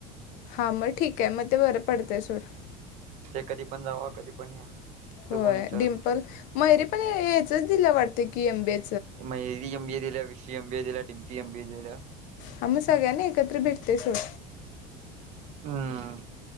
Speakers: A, on the left; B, on the right.
A: हा मग ठीक अय मग ते बरं पडतय सोडं
B: ते कधी पण जावा कधी पण या तिथं
A: होय
B: कोणी विचारत
A: डिम्पल
B: नाही
A: मैयरी पण हेचच दिल्या वाटत की एम बीए
B: मैयरी एम बीए दिल्या विष एम बी दिल्या डिमपी एम बीए दिल्या
A: हा मग सगळ्यांना एकत्र भेटतेय सोड
B: हम्